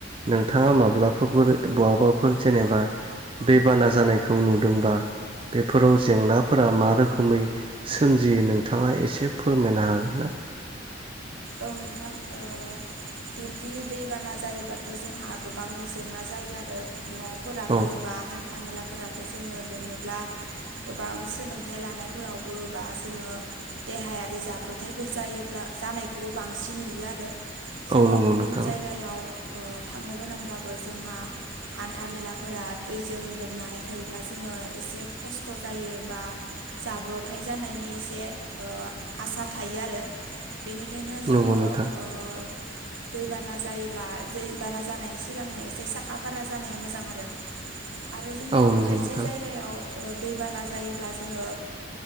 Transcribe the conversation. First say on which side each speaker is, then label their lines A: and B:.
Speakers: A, on the right; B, on the right.
A: नोंथाङा माब्ला <unintelligible> फोर बहाबाफोर जेनेबा दैबाना जानायखौ नुदोंबा बेफोराव जेंनाफोरा मा रोखोमै सोमजियो नोंथाङा एसे फोरमायनो हागोन ना?
B: औ नोंथां ओ बिब्दि दैबाना जायोब्लाथ' जोंहा गोबां जेंना जायो आरो न' फोराबो
A: औ
B: बा हा न्था मेलाफोराबो जोङो लोमोब्ला गोबां सोलोंथाइ लानायफोरावबो बा जोङो देहायारि जाब्रथाइफोर जायोब्ला जानाय खौबो बांसिन नुयो आरो जोङो
A: औ नंगौ
B: गुबुन
A: नोंथां
B: जायगायाव ओ थांनो गोनांब्लाबो जोंहा हान्था मेलाफोरा दैजों लोमनानै थायोब्ला जोङो एसे खस्थ' जायो बा जाब्रथाय जानायनि एसे ओ आसा थायो आरो। बेनिखायनो जोंङो
A: नंगौ नोंथां
B: ओ दैबाना जायोब्ला जैबाना जानायनि सिगांनो एसे साखा फारा जानाया मोजां आरो। आरो जोङो
A: औ नंगौ
B: खायसे
A: नोंथां
B: जायगायाव ओ दैबाना जायोब्ला जोङो